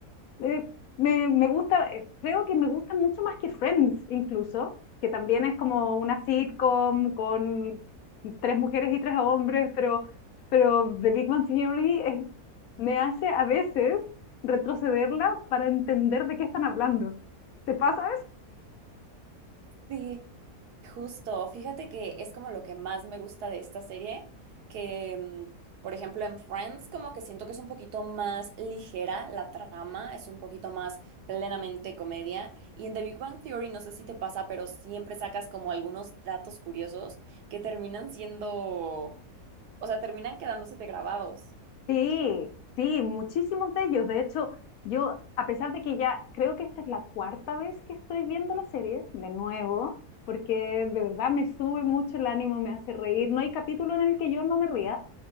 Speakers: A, on the left; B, on the right.
A: eh, me, me gusta, eh, creo que me gusta mucho más que Friends incluso, que también es como una sitcom con tres mujeres y tres hombres, pero, pero The Big Bang Theory eh, me hace a veces retrocederla para entender de qué están hablando. ¿Te pasa
B: sí, justo. Fíjate que es como lo que más me gusta de esta serie, que, mm, por ejemplo, en Friends como que siento que es un poquito más ligera la trama, es un poquito más plenamente comedia. Y en The Big Bang Theory, no sé si te pasa, pero siempre sacas como algunos datos curiosos que terminan siendo O sea, terminan quedándose de grabados.
A: Sí, sí, muchísimos de ellos. De hecho, yo, a pesar de que ya creo que esta es la cuarta vez que estoy viendo la serie, de nuevo, porque de verdad me sube mucho el ánimo, me hace reír. No hay capítulo en el que yo no me ría,